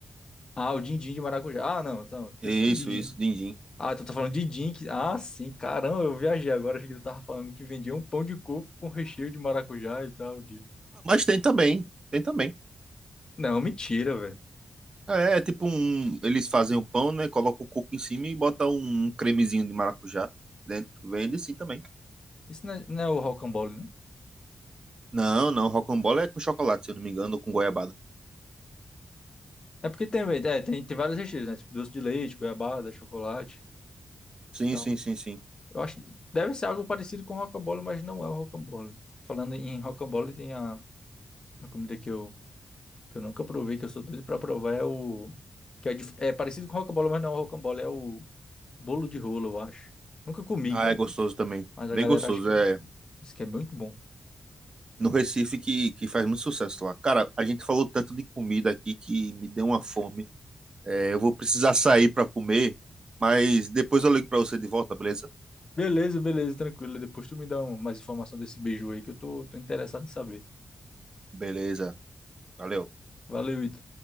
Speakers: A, on the left (about 45°); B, on the right (about 40°).
A: Ah, o din-din de maracujá. Ah, não, então, fechou,
B: Isso,
A: o din-din.
B: isso, dindim.
A: Ah, tu tá falando de din que... Ah, sim, caramba, eu viajei agora, achei que tu tava falando que vendia um pão de coco com recheio de maracujá e tal, de...
B: Mas tem também, tem também.
A: Não, mentira, velho.
B: É, é tipo um, eles fazem o pão, né, colocam o coco em cima e botam um cremezinho de maracujá dentro. Vende sim também.
A: Isso não é, não é o rocambole, não?
B: Não, não, rocambole é com chocolate, se eu não me engano, ou com goiabada.
A: É porque tem, é, tem, tem vários recheios, né? Tipo doce de leite, goiabada, chocolate.
B: Sim,
A: Então,
B: sim, sim, sim.
A: eu acho que deve ser algo parecido com rocambole, mas não é o rocambole. Falando em rocambole, tem a, a comida que eu, que eu nunca provei, que eu sou doido pra provar, é o... Que é, dif- é parecido com rocambole, mas não é o rocambole, é o bolo de rolo, eu acho. Nunca comi,
B: Ah,
A: cara.
B: é gostoso também.
A: Mas a
B: Bem
A: galera
B: gostoso.
A: acha que é,
B: É
A: diz que é muito bom.
B: no Recife que, que faz muito sucesso lá. Cara, a gente falou tanto de comida aqui que me deu uma fome. É, eu vou precisar sair para comer, mas depois eu ligo para você de volta, beleza?
A: Beleza, beleza, tranquilo. Depois tu me dá um- mais informação desse beijo aí que eu tô, tô interessado em saber.
B: Beleza. Valeu.
A: Valeu, Ito.